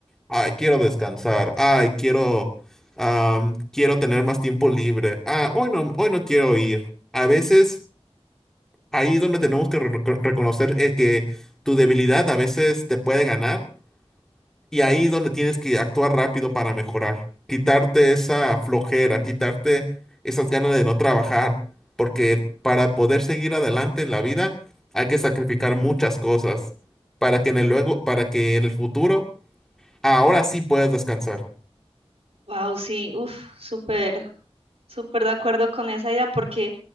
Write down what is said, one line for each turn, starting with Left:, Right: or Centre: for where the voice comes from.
Centre: ay, quiero descansar, ay, quiero, am, quiero tener más tiempo libre, ah, hoy no, hoy no quiero ir. A veces, ahí es donde tenemos que re- reconocer eh, que tu debilidad a veces te puede ganar y ahí es donde tienes que actuar rápido para mejorar, quitarte esa flojera, quitarte esas ganas de no trabajar, porque para poder seguir adelante en la vida hay que sacrificar muchas cosas para que en el luego, para que en el futuro, ahora sí puedes descansar.
Right: Wow, sí, uf, súper, súper de acuerdo con esa idea porque